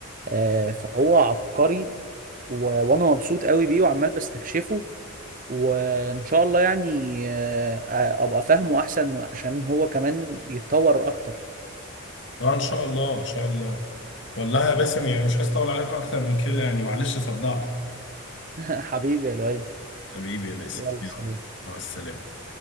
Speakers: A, on the right; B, on the left.
A: آه، فهو عبقري و... وانا مبسوط قوي بيه وعمال بستكشفه وان شاء الله يعني آه، ابقى فاهمه احسن عشان هو كمان يتطور اكتر
B: اه ان شاء الله ان شاء الله والله يا باسم يعني مش عايز اطول عليكم اكتر من كده يعني معلش صدعتك
A: <laughs> حبيبي يا لؤي
B: حبيبي يا باسم
A: يلا
B: يلا
A: سلام
B: مع السلامة